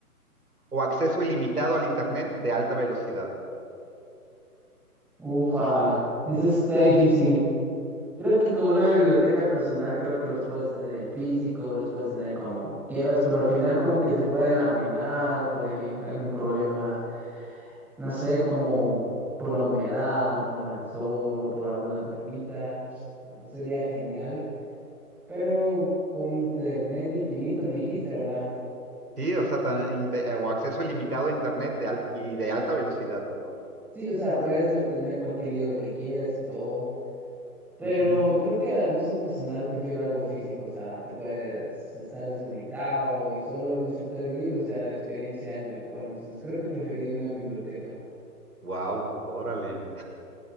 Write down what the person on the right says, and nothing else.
o acceso ilimitado al Internet de alta velocidad?
Sí, o sea, tan inte- o acceso ilimitado a Internet de al- y de alta velocidad, ¿no?
A
ver,
ujú.
Wow, órale.